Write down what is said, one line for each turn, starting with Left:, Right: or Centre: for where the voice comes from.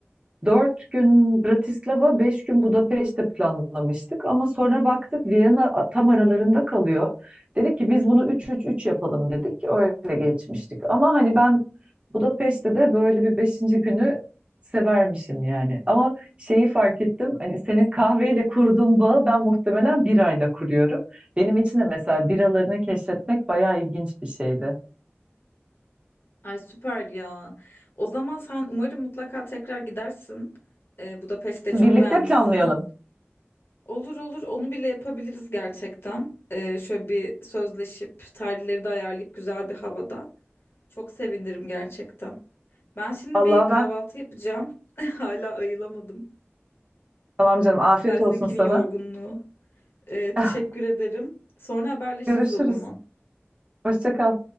Right: 4 gün Bratislava, 5 gün Budapeşte planlamıştık ama sonra baktık Viyana a- tam aralarında kalıyor. Dedik ki biz bunu üç üç üç yapalım dedik. Öyle geçmiştik. Ama hani ben Budapeşte de böyle bir beşinci günü severmişim yani. Ama şeyi fark ettim. Hani senin kahveyle kurduğun bağı ben muhtemelen birayla kuruyorum. Benim için de mesela biralarını keşfetmek bayağı ilginç bir şeydi.
Left: Ay süper ya. O zaman sen umarım mutlaka tekrar gidersin. Ee, Budapeşte
Right: Birlikte
Left: çok beğenmişsin.
Right: planlayalım.
Left: Olur olur onu bile yapabiliriz gerçekten. Ee, şöyle bir sözleşip tarihleri de ayarlayıp güzel bir havada. Çok sevinirim gerçekten. Ben şimdi
Right: Vallahi
Left: bir kahvaltı
Right: ben
Left: yapacağım. <laughs> Hala ayılamadım.
Right: tamam canım afiyet
Left: Helsinki'nin
Right: olsun sana.
Left: yorgunluğu. Ee, teşekkür
Right: <laughs>
Left: ederim. Sonra haberleşiriz
Right: Görüşürüz.
Left: o zaman.
Right: Hoşça kal.